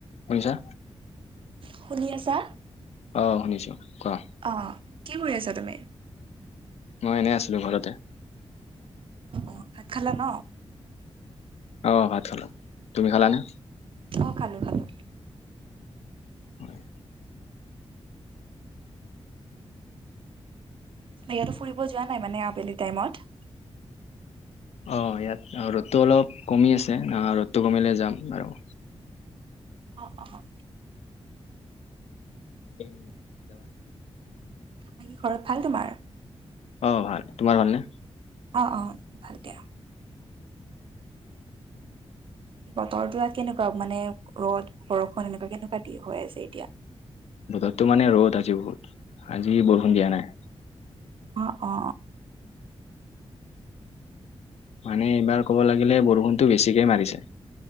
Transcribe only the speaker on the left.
শুনিছা?
অ শুনিছো কোৱা।
মই এনেই আছিলোঁ ঘৰতে।
অ' ভাত খোলা, তুমি খালা নে?
হয়।
অ' ইয়াত ৰ'দটো অলপ কমি আছে ৰ'দটো কমিলে যাম আৰু।
মি যাবা নে <unintelligible>
অ' ভাল তোমাৰ ভালনে?
বতৰটো মানে ৰ'দ আজি বহুত আজি বৰষুণ দিয়া নাই।
মানে এইবাৰ ক'ব লাগিলে বৰষুণতো বেছিকে মাৰিছে।